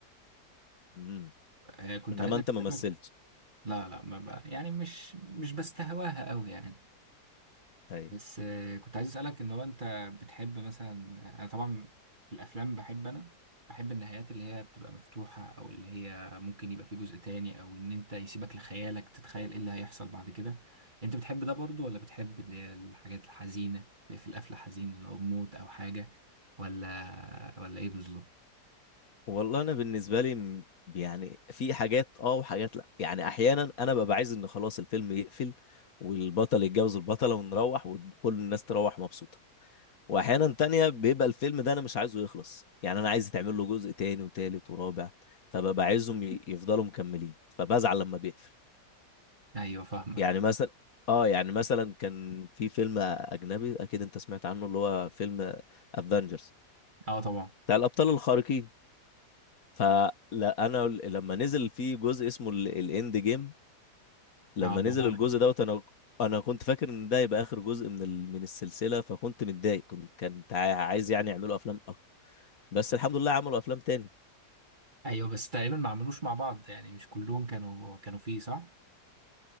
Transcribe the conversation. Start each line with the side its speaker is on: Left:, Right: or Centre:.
Left: امم
Right: آه، كنت
Left: انما
Right: عايز اكلمك
Left: انت ما مثلتش
Right: لا لا ما بقى يعني مش مش بستهواها قوي يعني
Left: اي
Right: بس آه، كنت عايز اسالك ان هو انت بتحب مثلا انا طبعا في الافلام بحب انا بحب النهايات اللي هي بتبقى مفتوحه او اللي هي ممكن يبقى في جزء تاني او ان انت يسيبك لخيالك تتخيل ايه اللي هيحصل بعد كده انت بتحب ده برضو ولا بتحب اللي هي الحاجات الحزينه في القفله حزين اللي هو بموت او حاجه ولا ولا ايه بالظبط
Left: والله انا بالنسبه لي م- يعني في حاجات اه وحاجات لا يعني احيانا انا ببقى عايز ان خلاص الفيلم يقفل والبطل يتجوز البطله ونروح وكل الناس تروح مبسوطه واحيانا تانية بيبقى الفيلم ده انا مش عايزه يخلص يعني انا عايز تعمل له جزء تاني وتالت ورابع فببقى عايزهم ي- يفضلوا مكملين فبزعل لما بيقفل
Right: ايوه فاهمك
Left: يعني مثلا اه يعني مثلا كان في فيلم اجنبي اكيد انت سمعت عنه اللي هو فيلم افنجرز
Right: اه طبعا
Left: بتاع الابطال الخارقين فلا انا لما نزل في جزء اسمه الاند جيم لما
Right: اه طبعا
Left: نزل الجزء دوت انا انا كنت فاكر ان ده يبقى اخر جزء من ال... من السلسله فكنت متضايق كنت كنت عايز يعني يعملوا افلام اكتر بس الحمد لله عملوا افلام تاني
Right: ايوه بس تقريبا ما عملوش مع بعض يعني مش كلهم كانوا كانوا فيه صح